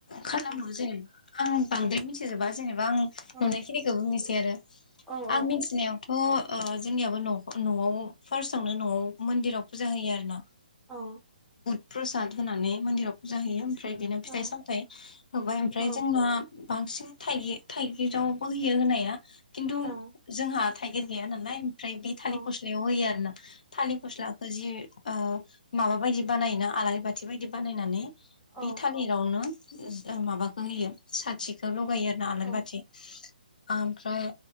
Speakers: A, on the left; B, in the centre.
A: खालामो
B: औ
A: जेनेबा आं बांद्राय मिथिजोबा जेनेबा बा आं
B: औ
A: नुनायखिनिखौ बुंनोसै आरो
B: औ औ
A: आं मिथिनायावथ' ओ जोंनियाबो नखर न'आव फार्स्टआवनो न'आव मोन्दिराव फुजा होयो आरोना।
B: औ
A: प्रसाद होनानै मोन्दिराव फुजा होयो ओमफ्राय बिनो फिथाइ
B: औ
A: सामथायाइ होबाय ओमफ्राय
B: औ
A: जोंना बांसिन थाइगि थाइगिरावबो होयो होनाया खिन्थु
B: औ
A: जोंहा थाइगिर गैया नालाय ओमफ्राय बे थालिर
B: औ
A: फस्लायाव होयो आरोना थालिर फस्लाखौ जि ओ माबा बायदि बानायोना आलारि बाथि बायदि बानायनानै
B: औ
A: बे थालिरावनो ओ माबाखौ होयो साथिखौ लगायो आरोना आलारि
B: औ
A: बाथि ओ ओमफ्राय